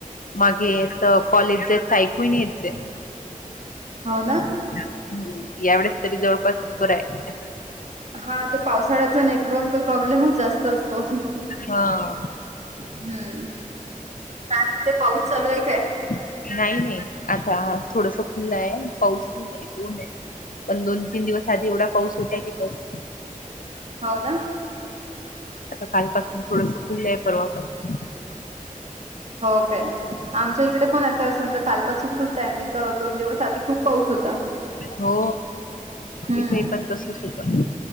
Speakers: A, on the left; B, on the right.
A: मागे इथ कॉलेज जेथ ऐकून नाही येत.
B: हो ना
A: हम् यावेळेस तरी जवळपास बर आहे
B: हा ते पावसाळ्याचा नेटवर्क च प्रॉब्लेमच जास्त असतो हम्म
A: हा
B: काय म्हणते पाऊस चालू आहे काय
A: नाही नाही आता थोडस खुलं आहे पाऊस नाही आहे ऊन आहे पण दोन तीन दिवस आधी एवढा पाऊस होता की बस
B: हो ना
A: आता कालपासून थोडस खुललं आहे परवापासून
B: हो काय आमच्या इकडे पण आता समजा कालपसून खुल्लं आहे ना तर दोन दिवस आधी खूप पाऊस होता
A: हो
B: हम्म
A: इथे पण तसच होत